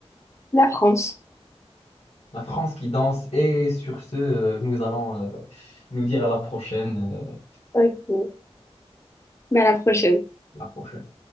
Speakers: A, on the left; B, on the left.
A: La France.
B: La France qui danse. Et sur ce, euh, nous allons euh, nous dire à la prochaine. euh,
A: Ok, ben à la prochaine.
B: à la prochaine.